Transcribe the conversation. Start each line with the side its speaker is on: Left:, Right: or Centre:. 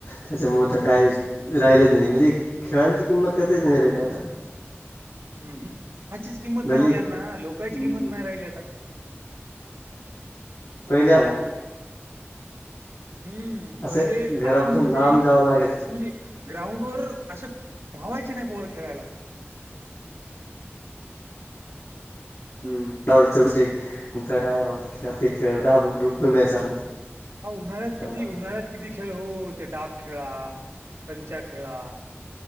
Left: त्याच्यामुळे तर काहीच राहिलंच नाही म्हणजे खेळांची किंमत <unintelligible> नाही राहिली आता. <inaudible>
Right: अहम्, आजचीच किंमत
Left: भले
Right: नाही हो यांना लोकांची
Left: हम्म.
Right: किंमत नाही राहिली आता.
Left: पहिल्या आला.
Right: हम्म.
Left: असं
Right: पहिले
Left: घरापासून
Right: आपूण म्हणजे,
Left: लांब जावा लागत होतो.
Right: असं म्हणजी ग्राउंडवर असं मावायची नाही पोरं खेळायला.
Left: <unintelligible>
Right: अहो उन्हाळ्यात
Left: त्यांना
Right: किती उन्हाळ्यात किती खेळ हो, ते डाब खेळा, कंचा खेळा.